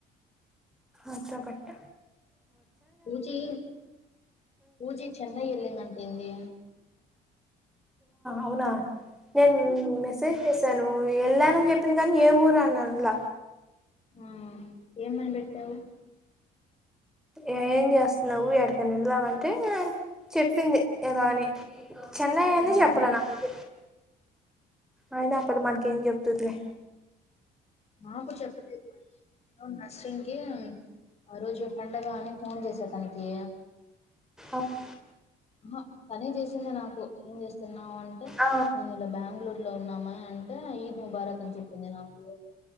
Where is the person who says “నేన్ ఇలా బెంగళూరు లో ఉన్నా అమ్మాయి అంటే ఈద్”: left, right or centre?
Left